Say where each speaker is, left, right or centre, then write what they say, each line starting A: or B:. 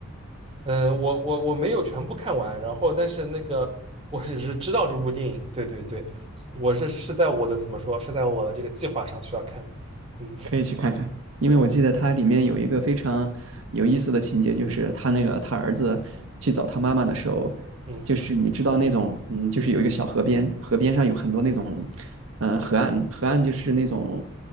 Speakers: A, on the right; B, on the right.
A: 嗯，我我我没有全部看完，然后但是那个我只是知道这部电影，对对对，我是是在我的怎么说，是在我这个计划上需要看，嗯
B: 可以去看看，因为我记得它里面有一个非常有意思的情节，就是他那个他儿子去找他妈妈的时候，
A: 嗯
B: 就是你知道那种，嗯，就是有一个小河边，河边上有很多那种，嗯、河岸，河岸就是那种，